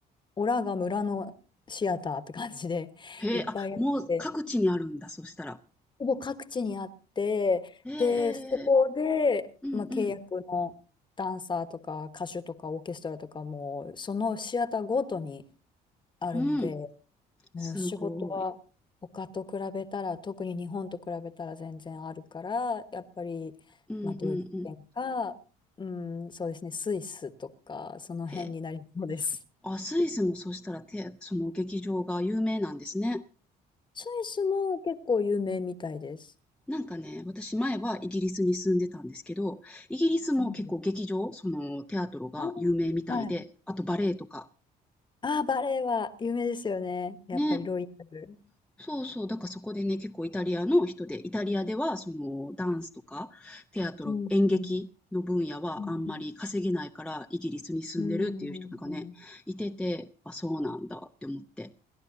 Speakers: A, on the left; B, in the centre.
A: オラが村のシアターって感じでいっぱいあって、
B: へえ、あ、もう各地にあるんだ、そしたら。
A: ほぼ各地にあって、
B: へええ。
A: で、そこで、
B: うんうん。
A: まあ、契約のダンサーとか歌手とかオーケストラとかも、そのシアターごとにあるので、
B: うん。
A: もう仕事は他と比べたら、
B: すごい。
A: 特に日本と比べたら全然あるから、やっぱり、
B: うんうんう
A: まあ、ドイツ圏か、
B: ん。
A: うん、そうですね、スイスとか、その辺になりそうです。
B: へえ。あ、スイスもそしたら、てその劇場が有名なんですね。
A: スイスも結構有名みたいです。
B: なんかね、私前はイギリスに住んでたんですけど、イギリスも結構劇場、
A: そうなんです。
B: その、テアトロが有名みたいで、
A: あー、はい。
B: あとバレエとか。
A: ああ、バレエは有名ですよね。やっぱりロイヤル。
B: ね。そうそう、だからそこでね、結構イタリアの人で、イタリアではそのダンスとかテアトロ、
A: うん、
B: 演劇の分野はあんまり稼げないからイギリスに住んでるっていう人がね、
A: うん。うんうんうん
B: いてて、あ、そうなんだって思って。